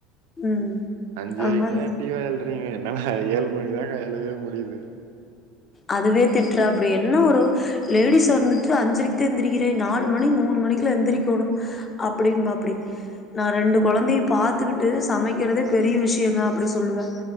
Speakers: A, on the left; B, on the right.
A: ம்
B: அஞ்சரைங்லா
A: அது மாரி
B: எப்டியு ஏழ்ரைங்க என்னல ஏழு மணிதாக்கா எழவே முடிது
A: அதுவே திட்றாப்டி என் ன ஒரு லேடிஸ் வந்து அஞ்ரைக்கு தா எந்திரிக்கிற நாலு மணி மூணு மணிக்ல எந்திரிகோனோ அப்டி மாப்டி நா ரெண்டு கொழந்தையு பாத்துக்கிட்டு சமைக்றதே பெரிய விஷயோங்க அப்டி சொல்லுவ